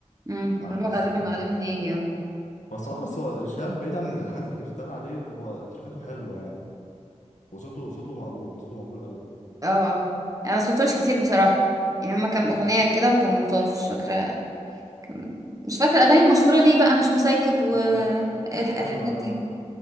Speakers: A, on the right (about 30°); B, on the left (about 80°).
A: امم
B: على
A: هو
B: الانستجرام
A: غالبا غالبا هيجي اه
B: هو الصراحه بس هو شهاب بعيد عن الحاجات اللي كانت بتتقال عليه اللي هو تريكاته حلوه يعني وصوته صوته مقبول صوته مقبول قوي
A: اه اه انا ما سمعتوش كتير بصراحة يعني هما كام
B: مم.
A: اغنية كده وكانوا لطاف مش فاكرة كان- مش فاكرة الاغاني المشهورة ليه بقى مش مسايكب والحاجات
B: مم. ايوه ايوه
A: دي
B: لا